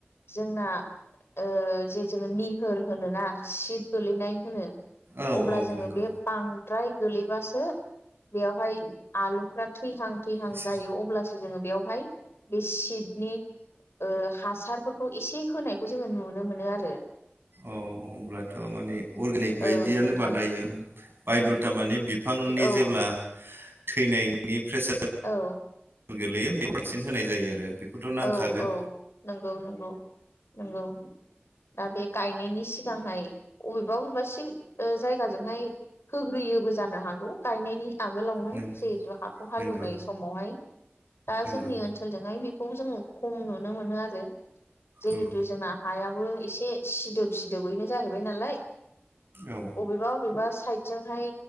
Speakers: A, on the left; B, on the right.
A: जोंना ओ जोङो निहोर होनोना सिट गोलैनाय होनो
B: औ
A: अब्ला
B: औ
A: जोङो
B: नंगौ
A: बे बां द्राय गोलैबासो बेवहाय आलुफ्रा थैहां थैहां
B: एसे
A: जायो अब्ला सो जोङो बेवहाय बे सिटनि ओ हासारफोरखौ एसे होनायखौ जोङो नुनो मोनो आरो।
B: औ होमब्लाथ' माने अर्गेनिक बायदियानो
A: औ नोंथां
B: बानायो बायद'द ता माने बिफांनि
A: औ
B: जेब्ला थैनायनि प्रेसार
A: औ
B: गोलैयो बे अरसेन <unintelligible> होनाय जायो आरो। बेखौथ' नांखागोन
A: औ औ नंगौ नंगौ नंगौ दा बे गायनायनि सिगांहाय अबेबा बबेबा जायगाजोंहाय होग्रोयोबो जानो हागौ गायनायनि आगोलावनो
B: नों
A: जिहेतु हाखौ हालेवनाय
B: नंगौ
A: समावहाय दा
B: नंगौ
A: जोंनि ओनसोलजोंहाय बे जों खम नुनो मोनो आरो जिहेतु
B: उम
A: जोंना हायाबो एसे सिदोब सिदोबैनो जाहैबाय नालाय।
B: औ
A: अबेबा अबेबा साइदजोंहाय